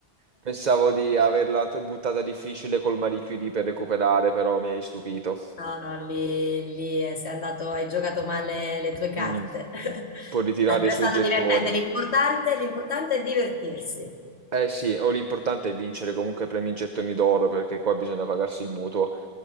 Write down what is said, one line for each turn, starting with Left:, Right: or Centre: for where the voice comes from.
Right: Pensavo di averla t- buttata difficile col Marie Curie per recuperare, però mi hai stupito.
Left: No, no, lì, lì eh, sei andato, hai giocato male le tue carte.
Right: Mm.
Left: <laughs>
Right: Può ritirare
Left: Dai, però
Right: i suoi
Left: è stato
Right: gettoni.
Left: divertente. L'importante l'importante è divertirsi.
Right: Eh sì, o l'importante è vincere comunque premi in gettoni d'oro, perché qua bisogna pagarsi il mutuo.